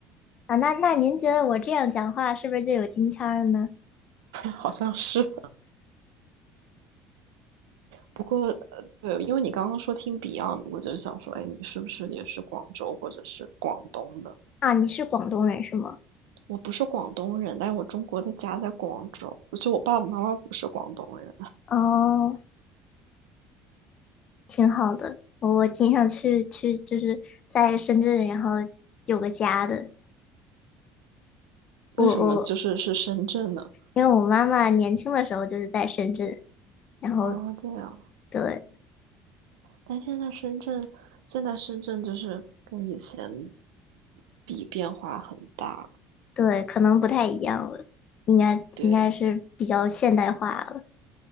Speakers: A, on the left; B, on the right.
A: 啊，那那您觉得我这样讲话是不是就有京腔儿呢？
B: 好像是。不过，呃，对，因为你刚刚说听 Beyond，我就想说，哎，你是不是也是广州或者是广东的？
A: 啊，你是广东人是吗？
B: 我不是广东人，但是我中国的家在广州，就我爸爸妈妈不是广东人。
A: 哦，挺好的，我我挺想去去，就是在深圳，然后有个家的。我我
B: 为什么就是是深圳呢？
A: 因为我妈妈年轻的时候就是在深圳，然后
B: 啊，这样，
A: 对
B: 但现在深圳，现在深圳就是跟以前比变化很大，
A: 对，可能不太一样了，应该应该是比较现代化了。
B: 对